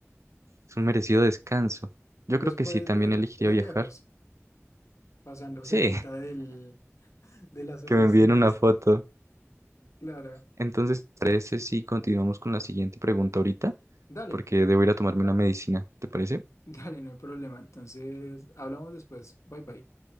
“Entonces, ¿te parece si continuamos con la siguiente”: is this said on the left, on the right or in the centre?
Right